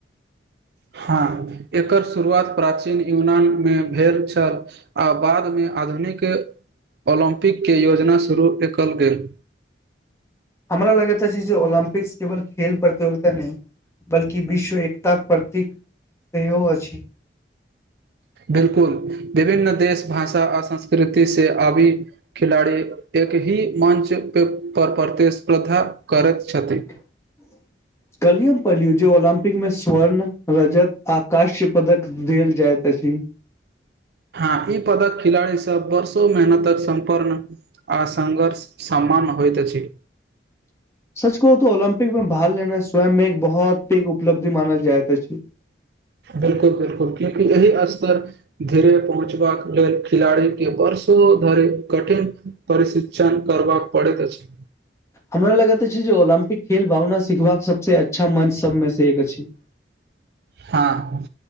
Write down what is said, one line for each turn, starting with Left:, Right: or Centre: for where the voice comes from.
Right: हँ एकर शुरुआत प्राचीन यूनान मे भेल छल आ बादमे आधुनिक ओलम्पिकके योजना देखल गेल
Left: हमरा लगेता छै जे ओलम्पिक्स केवल खेल प्रतियोगिता नहि बल्कि विश्व एकताक प्रतीक सेहो अछि
Right: बिलकुल विभिन्न देश भाषा आ संस्कृति से अबी खिलाड़ी एक ही मञ्च पे पर प्रतिस्पर्धा करैत छथि
Left: <inaudible> कलियम पल्लू जे ओलम्पिक में स्वर्ण रजत आ काश्य पदक देल जाइत अछि
Right: हँ ई पदक खिलाड़ी सब वर्षों मेहन तक सम्पन्न आ संघर्ष समान होइत अछि
Left: सच कह तऽ ओलम्पिक में भालने मे स्वयं मे एक बहुत पैघ उपलब्धि मानल जाय त
Right: बिलकुल बिलकुल क्यकि एहि आससपर धीरे पहुँचबाक खिलड़ी के वर्षो धरि कठिन परिशिक्षण कर पड़ैत अछि
Left: हमरा लगैत छै जे ओलम्पिक खेल भावना सिखबाक सबस अच्छा मंच सबमे से एक अछि <inaudible>
Right: हँ